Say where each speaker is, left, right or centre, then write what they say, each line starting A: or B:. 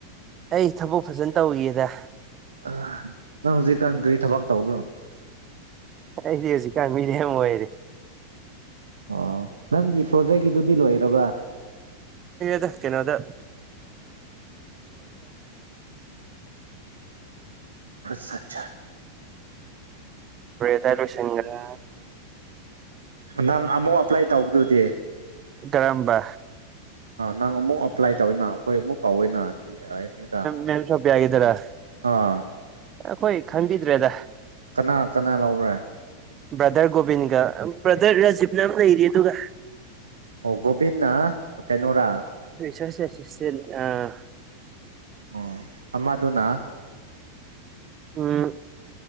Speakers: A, on the right; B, on the right.
A: ꯑꯩ ꯊꯕꯛ ꯐꯖꯅ ꯇꯧꯒꯦꯗ
B: ꯑ ꯅꯪ ꯍꯧꯖꯤꯛꯀꯥꯟ ꯀꯔꯤ ꯊꯕꯛ ꯇꯧꯕ꯭ꯔꯣ
A: ꯑꯩꯗꯤ ꯍꯧꯖꯤꯛꯀꯥꯟ ꯃꯤꯔꯦꯝ ꯑꯣꯏꯔꯦ
B: ꯑ ꯅꯪꯒꯤ ꯄ꯭ꯔꯣꯖꯦꯛꯗꯤ ꯂ ꯇꯕ
A: ꯗ ꯀꯩꯅꯣꯗꯗ
B: ꯁꯠꯆꯥ
A: ꯇ ꯂꯣꯁꯗ꯭ꯔ
B: ꯅꯪ ꯑꯃꯨꯛ ꯑꯄ꯭ꯂꯥꯏ ꯇꯧ ꯇꯦ
A: ꯀꯔꯝꯕ
B: ꯅꯪ ꯑꯃꯨꯛ ꯑꯞ꯭ꯂꯥꯏ ꯇꯧꯋꯅ ꯑꯩꯈꯣꯏ ꯑꯃꯨꯛ ꯀꯥꯎꯋꯦꯅꯗꯤ ꯑ ꯑꯦꯝ ꯌꯨꯗ
A: ꯃꯦꯝ ꯁꯣꯐꯤꯌꯥꯒꯤꯗꯨꯔꯥ
B: ꯑꯥ
A: ꯑꯩꯈꯣꯏ ꯈꯟꯕꯤꯗ꯭ꯔꯦꯗ
B: ꯀꯅꯥ ꯀꯅꯥ ꯂꯧꯕ꯭ꯔꯦ
A: ꯕꯗꯔ ꯒꯕꯤꯟꯒ ꯕꯗꯔ ꯔꯥꯖꯤꯞ ꯅ ꯑꯃ ꯂꯩꯔꯤꯌꯦ ꯑꯗꯨꯒꯒ
B: ꯑꯣ ꯣꯕꯤꯤꯟ ꯀꯩꯅꯣꯣꯔꯥ
A: ꯁ ꯑ
B: ꯑꯣ ꯑꯃꯗꯨꯅ
A: ꯎꯝ